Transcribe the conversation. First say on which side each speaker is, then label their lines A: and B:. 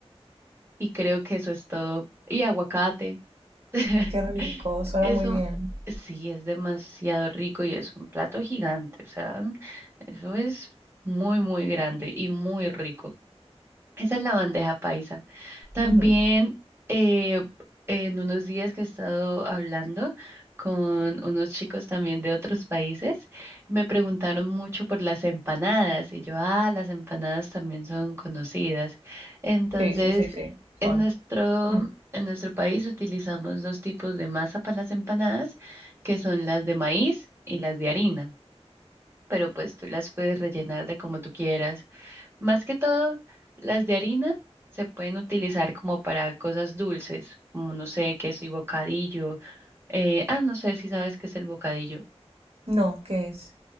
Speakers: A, on the right (about 25°); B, on the right (about 70°).
A: Y creo que eso es todo. Y aguacate. <laughs>
B: Qué rico. Suena
A: Eso
B: muy bien.
A: sí es demasiado rico y es un plato gigante. O sea, eso es muy, muy grande y muy rico. Esa es la bandeja paisa. También
B: Ujú.
A: eh, en unos días que he estado hablando con unos chicos también de otros países, me preguntaron mucho por las empanadas y yo, ah, las empanadas también son conocidas. Entonces,
B: Sí, sí, sí, sí. Son.
A: en nuestro,
B: Mm.
A: en nuestro país utilizamos dos tipos de masa para las empanadas, que son las de maíz y las de harina, pero pues tú las puedes rellenar de como tú quieras. Más que todo, las de harina se pueden utilizar como para cosas dulces, como no sé, queso y bocadillo. Eh, ah, no sé si sabes qué es el bocadillo.
B: No, ¿qué es?